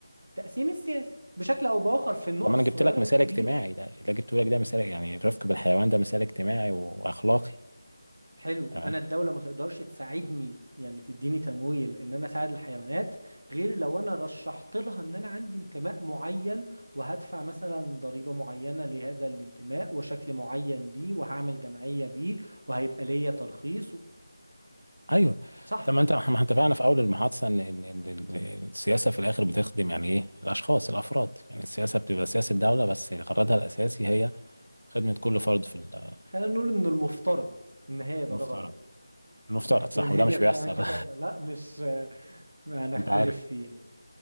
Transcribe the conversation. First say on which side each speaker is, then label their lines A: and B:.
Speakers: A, on the right; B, on the right.
A: التقسيم السياسي بشكل او باخر في النقط
B: ده ما انا
A: الصغيره
B: جبت لك مثال
A: والكبيره
B: اجتماعي ده اللي جبته لك ده مثال يعني الرفق بالحيوان ده مثال اجتماعي واخلاقي
A: حلو
B: تمام
A: انا الدوله ما تقدرش تساعدني يعني تديني تمويل ان انا اساعد الحيوانات غير لو انا رشحت لها ان انا عندي انتماء معين وهدفع مثلا ضريبه معينه لهذا الانتماء وشكل معين ليه وهعمل جمعيه بيه وهيبقى ليا ترخيص و-
B: ايوه
A: صح
B: طب ما انت ما احنا اتفقنا في اول المحادثه ان ان إن ال- السياسه في الاخر بتخدم يعني ايه الاشخاص الافراد يعني السياسه بتبقى سياسه الدوله بس غرضها الاساسي هي خدمه كل فرد في المجتمع
A: خلينا نقول ان المفترض ان هي يبقى
B: المفترض
A: ده غرضها
B: المفترض
A: لكن
B: صح
A: هي
B: وده مش بيحصل
A: بتعمل كده
B: <laughs>
A: ولا لا مش ما هنختلف
B: انت عارف
A: فيه يعني.